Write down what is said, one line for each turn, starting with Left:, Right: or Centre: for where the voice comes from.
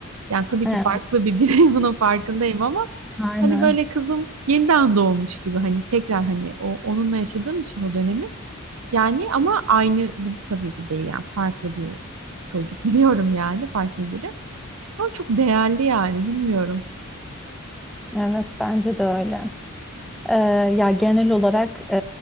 Right: Yani tabii
Centre: Evet,
Right: ki farklı bir birey <laughs> bunun farkındayım ama
Centre: aynen.
Right: hani böyle kızım yeniden doğmuş gibi hani tekrar hani o onunla yaşadığım için o dönemi. Yani ama aynı gibi tabii ki değil yani farklı bir çocuk <laughs> biliyorum yani farklı biri. Ama çok değerli yani bilmiyorum.
Centre: Evet, bence de öyle. Ee, ya genel olarak e,